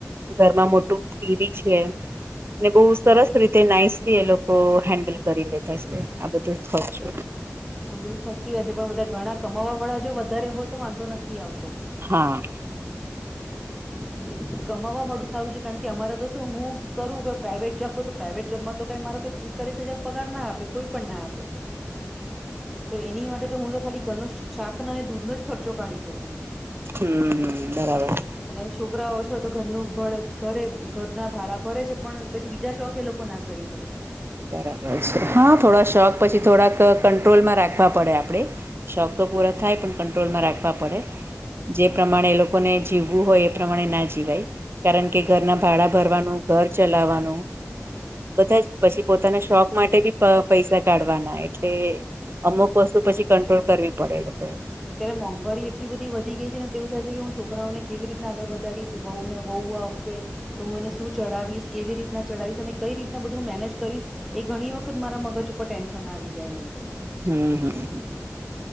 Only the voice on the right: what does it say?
ઘરમાં મોટું ટીવી છે. ને બહુ સરસ રીતે નાઈસલી એ લોકો હેન્ડલ કરી લેતા છે આ બધું ખર્ચ <inaudible>
હમ
હમ હમ બરાબર
બરાબર છે હા થોડા શોખ પછી થોડાક કંટ્રોલમાં રાખવા પડે આપડે શોખ તો પૂરા થાય પણ કંટ્રોલમાં રાખવા પડે. જે પ્રમાણે એ લો કોને જીવવું હોય એ પ્રમાણે ના જીવાય કારણ કે ઘરના ભાડા ભરવાનું ઘર ચલાવાનું બધા જ પછી પોતાના શોખ માટે બી પ પૈસા કાઢવાના એટલે અમુક વસ્તુ પછી કંટ્રોલ કરવી પડે એ લોકો એ
હમ હમ